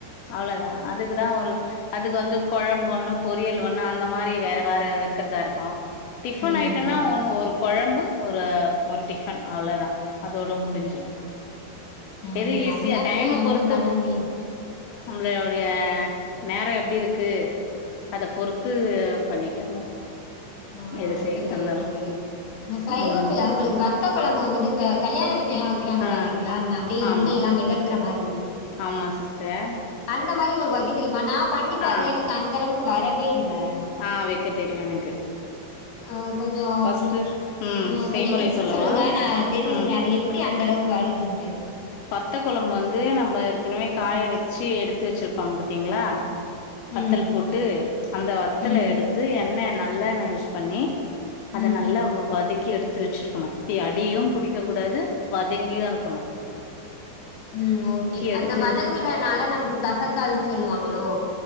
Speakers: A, on the left; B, on the left.
A: அவ்ளோதா அதுக்குதா ஒரு அதுக்கு வந்து கொழம்பு ஒண்ணு, பொரியல் ஒண்ணு, அந்த மாரி வேற வேற வெக்கறதா இருக்கு டிஃபன்
B: ம்.
A: ஐட்டம்னா ஒன்னு ஒரு கொழம்பு ஒரு ஒரு டிஃபன் அவ்ளோதா அதோட முடிஞ்சிடு,
B: ம்.
A: எது ஈஸியா
B: அதுதான்
A: டைம்ம
B: தோழி நம்மளும்
A: பொறுத்து
B: பண்ண முடியும்.
A: நம்பளயோடைய நேர எப்டி இருக்கு அத பொறுத்து பண்ணிக்கங்க
B: ஆ
A: எது
B: ஓகே
A: செய்யறதா
B: தோழி,
A: இருந்தாலு
B: ஓகே தோழி, இந்த சைவத்துல
A: ம்
B: ஒங்ளுக்கு வ த்த கொழம்பு வந்துட்டு இந்த கல்யாண வீட்லலா வக்கிறாங்க
A: ஆ
B: பாத்தீங்ளா ந அப்டியே
A: ஆமா
B: எண்ணயெல்லா மெதக்கற மாரி
A: ஆமா சிஸ்டர்,
B: அந்த மாரி ஒங்களுக்கு வக்க தெரிமா நா பண்ணிபாத்தே
A: ஆ
B: எனக்கு அந்த அளவுக்கு வரவே இல்ல
A: ஆ வெக்க தெரியு எனக்கு
B: ஆ, கொஞ்சோ
A: ஃபஸ்ட்டு ம்
B: ஆ
A: செய்முறை
B: கொஞ்சோ டிப்ஸ்
A: சொல்லவா
B: சொல்லுங்க நா தெரிஞ்சுக்கிற
A: ம்
B: அது எப்படி அந்தளவுக்கு வருதுன்ட்டு
A: வத்த கொழம்பு வந்து நம்ம ஏற்கனவே காய வச்சு எடுத்து வச்சிருப்பாங்க பாத்தீங்ளா வத்தல்
B: ம்
A: போட்டு அந்த வத்தல
B: ம்
A: எடுத்து எண்ணெ நல்லெண்ண யூஸ் பண்ணி அத
B: ம்
A: நல்ல வதக்கி எடுத்து வச்சிருக்கணு எப்டி அடியு புடிக்க கூடாது வதங்கியு இருக்கணு
B: ம் ஓகே
A: எடுத்து
B: அந்த வதங்கிறனால நமக்கு கசக்கிதுனு சொல்லுவாங்ளோ